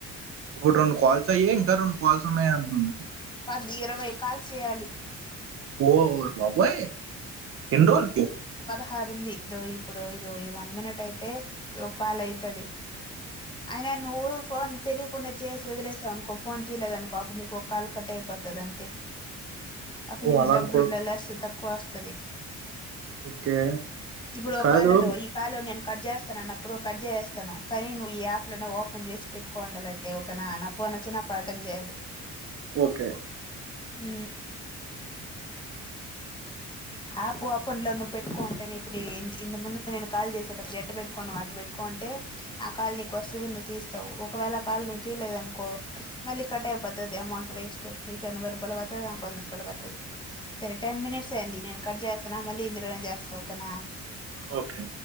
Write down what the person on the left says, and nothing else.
అది ఇరవై కాల్స్ చేయాలి
కారు ఉంది ఇదో ఇప్పుడు ఇదో ఈ వన్ మినిట్ అయితే ఒక కాల అయితుది అయి నువ్వు ఫోన్ తెలియకుండా చేసి వదిలేసావు అనుకో ఫోన్ తీలేదు అనుకో అప్పుడు నీకో కాల్ కట్ అయిపోతుంది అంతే అప్పుకు
డబ్బుల్
లాస్ తక్కువ వస్తది
ఇప్పుడు ఒకవేళతో
ఈ కా లం నేను కట్ చేస్తాను అన్నప్పుడు కట్ చేసేస్తాను కానీ నువ్వు ఈ యాప్లను ఓపెన్ చేసి పెట్టుకోండాలిట్టే ఒకనా నా ఫోన్ వచ్చి నాకు అటెన్ చేయాలి
ఉ ఆప్ ఓపెన్లో నువ్వు పెట్టుకొంటే ఇప్పుడు డే ఇంత ముందు నేను కాల్ చేసేటప్పుడు ఎట్ట పెట్టుకోను అటు పెట్టుకో అంటే నా కాల్ నీకు వస్తది నువ్వు తీస్తావు ఒకవేళ కాల్ నువ్వు తీయలేదు అనుకో మళ్ళీ కట్ అయిపోతది అమౌంట్ వేస్ట్ నీకు ఎనభై రూపాయలు పడుతది నాకు వంద రూపాయలు పడుత ది సరే టెన్ మినిట్స్ ఐంది నేను కట్ చేసుతున్న మళ్ళీ ఇందులో చేస్తా ఒకేనా